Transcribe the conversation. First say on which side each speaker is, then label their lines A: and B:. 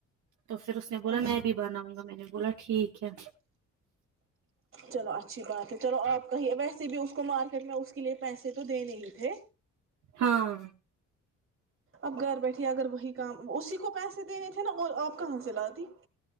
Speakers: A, on the right; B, on the right.
A: تو پھر اس نے بولا
B: اچھا
A: میں بھی بناؤں گا میں نے بولا ٹھیک ہے
B: چلو اچھی بات ہے چلو آپ کا ہی ویسے بھی اس مارکیٹ میں اس کے لیے پیسے تو دے نہیں تھے
A: ہاں
B: اپ گھر بیٹھیے اگر وہی کام اسی کو پیسے دینے تھے نا اور آپ کہاں سے ل دی